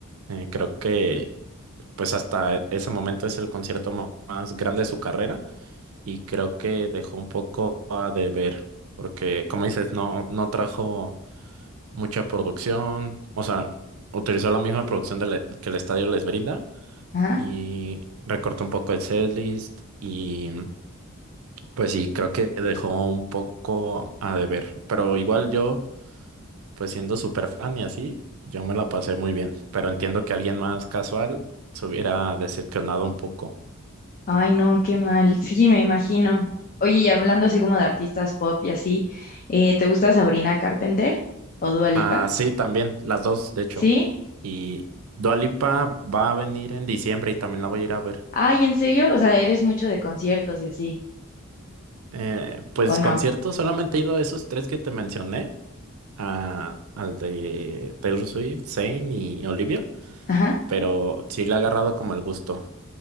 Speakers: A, on the right; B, on the left.
A: Eh, creo que pues hasta ese momento es el concierto mo- más grande de su carrera. y creo que dejó un poco a deber, porque como dices, no, no trajo mucha producción, o sea, utilizó la misma producción de la- que el estadio les brinda
B: ¿Ah?
A: y recortó un poco el setlist y pues sí, creo que dejó un poco a deber, pero igual yo, pues siendo súper fan y así, yo me la pasé muy bien, pero entiendo que alguien más casual se hubiera decepcionado un poco.
B: Ay, no, qué mal. Sí, me imagino. Oye, y hablando así como de artistas pop y así, eh, ¿te gusta Sabrina Carpenter o Dua Lipa?
A: Ah, sí, también, las dos, de hecho.
B: ¿Sí?
A: Y Dua Lipa va a venir en diciembre y también la voy a ir a ver.
B: Ay, ¿en serio? O sea, ¿eres mucho de conciertos y así?
A: Eh, pues
B: ¿O no?
A: conciertos, solamente he ido a esos tres que te mencioné, a- al de Taylor Swift, Zayn y Olivia,
B: Ajá.
A: pero sí le ha agarrado como el gusto.